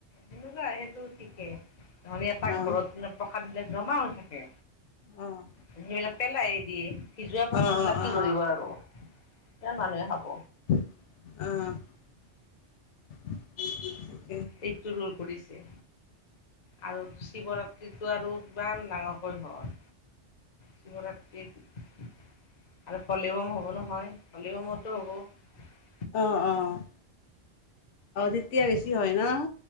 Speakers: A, on the left (about 40°); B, on the left (about 85°).
A: তেনেকুৱা আৰু সেইটো ঠিকে নহলে এটা
B: অ', অ',
A: ঘৰত মে প্ৰসাদ বিলাক জমা হৈ থাকে।
B: অ',
A: সেইবিলাক পেলাইে দিয়ে সি যোৱা প্ৰসাদ
B: অ',
A: বিলাক
B: অ',
A: কি কৰিব আৰু? কৰ মানুহে খাব।
B: অ',
A: পেটুলৰ কৰিছে। আৰু শিৱ ৰাত্ৰিটো আৰু কিমান ডাঙৰকৈ হয়। শিৱৰাত্ৰিৰ আৰু পলিবম হ'ব নহয় পলিবমতো হ'ব।
B: অ', অ', অ', তেতিয়া বেছি হয় ন'?